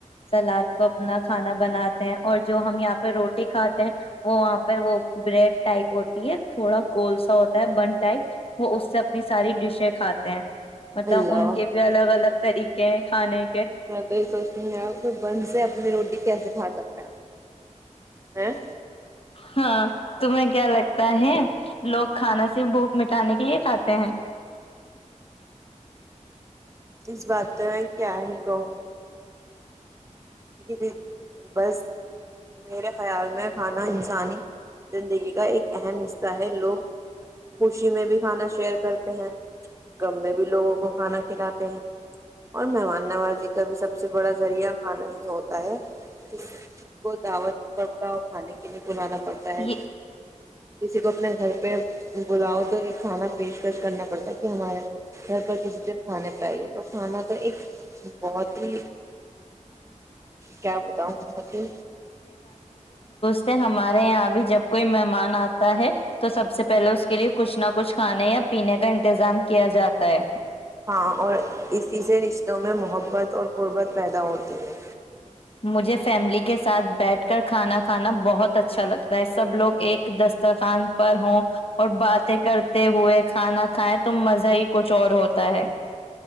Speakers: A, on the left (about 45°); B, on the right (about 25°).
A: سلاد کو اپنا کھانا بناتے ہیں اور جو ہم یہاں پہ روٹی کھاتے ہیں وہ وہاں پہ وہ بریڈ ٹائپ ہوتی ہے تھوڑا گول سا ہوتا ہے بن ٹائپ وہ اس سے اپنی ساری ڈشیں کھاتے ہیں مطلب
B: اللہ
A: ان کے بھی الگ الگ طریقے کہ کانے
B: میں تو یہ سوچتی ہ یار کو بند سے اپنی روٹی کیسے جھا سکتا ہے ا
A: ہاں تمہیں کیا لگتا ہے لوگ کھانا سے بھوک مٹانے کے لیے کھاتے ہیں
B: اس بات کیا ہی کہوں میں جی بس میرے خیال میں کھانا انسانی زندگی کا ایک اہم حصہ ہے لوگ خوشی میں بھی کھانا شیئر کرتے ہیں غم میں بھی لوگوں کو کھانا کھلاتے ہیں اور مہمان نوازی کا بھی سب سے بڑا ذریعہ کھانا ہی ہوتا ہے ک کو دعوت بربداؤ کھانے کے لیے بلانا پڑتا ہے
A: یہ
B: کسی کو اپنے گھر پہ بلاؤ تو ایک کھانا پیشکش کرنا پڑتا کہ ہمارا گھر پر کسی کھا چاہیے تو کھانا تو ایک بہت ہوں کیا بتاؤںتی
A: سے ہمارے یہاں بھی جب کوئی مہمان آتا ہے تو سب سے پہلے اس کے لیے کچھ نہ کچھ کھانے یا پینے کا انتظام کیا جاتا ہے
B: ہاں اور اسی سے رشتوں میں محبت اور قربت پیدا ہوتی ہے
A: مجھے فیملی کے ساتھ بیٹھ کر کھانا کھانا بہت اچھا لگتا ہے سب لوگ ایک دسترخوان پر ہوں اور باتیں کرتے ہوئے کھانا کھائائے تو مزہ ہی کچھ اور ہوتا ہے